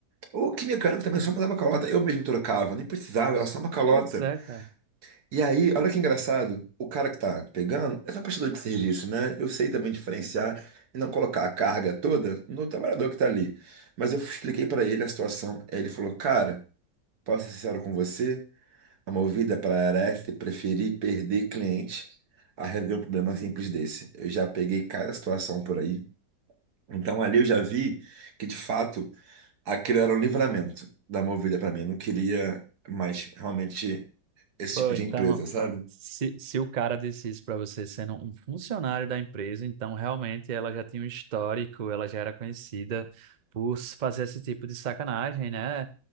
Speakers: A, on the right; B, on the right.
A: Ou que mecânico também só mandava calota, eu mesmo trocava, nem precisava, era só uma calota.
B: Pois é, cara.
A: E aí, olha que engraçado, o cara que tá pegando é só prestador de serviço, né? Eu sei também diferenciar e não colocar a carga toda no trabalhador que tá ali. Mas eu expliquei pra ele a situação, aí ele falou: Cara, posso ser sincero com você? Movida para Areste, preferi perder cliente a resolver um problema simples desse. Eu já peguei cada situação por aí. Então ali eu já vi que de fato aquilo era um livramento da Movida para mim. Eu não queria mais realmente esse
B: Pô,
A: tipo
B: então,
A: de empresa, sabe?
B: se, se o cara disse isso para você sendo um funcionário da empresa, então realmente ela já tinha um histórico, ela já era conhecida por s- fazer esse tipo de sacanagem, né?